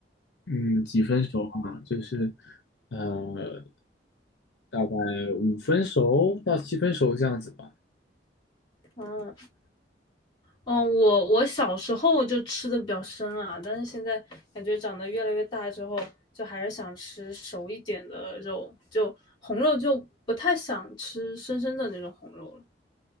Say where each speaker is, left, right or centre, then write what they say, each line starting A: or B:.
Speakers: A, on the left (about 75°); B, on the left (about 25°).
A: 嗯，几分熟啊？就是呃，大概五分熟到七分熟这样子吧。
B: 哦。嗯，我我小时候就吃的比较生啊，但是现在感觉长得越来越大之后，就还是想吃熟一点的肉，就红肉就不太想吃生生的那种红肉了。